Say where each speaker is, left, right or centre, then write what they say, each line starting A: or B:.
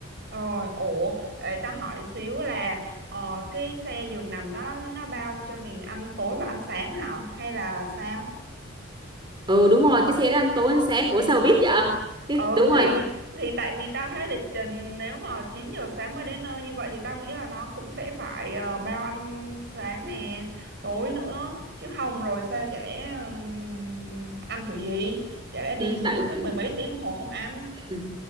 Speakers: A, on the right; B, on the right.
A: Rồi, ủa, để ta hỏi xíu là ờ, cái xe giường nằm nó nó bao cho mình ăn tối và ăn sáng hả? Hay là sao?
B: ừ đúng rồi cái xe đó ăn tối ăn sáng ủa sao bà biết vậy cái
A: Ừ
B: đúng rồi
A: thì thì tại vì tao thấy lịch trình nếu mà 9 giờ sáng mới đến nơi như vậy thì tao nghĩ là nó cũng sẽ phải ờ, bao ăn sáng nè, tối nữa chứ không rồi sao chả lẽ ừm, ăn kiểu gì? Chả lẽ đi
B: ừ,
A: xuyên
B: tại
A: suốt mười mấy tiếng đồng hồ không ăn?
B: ừ.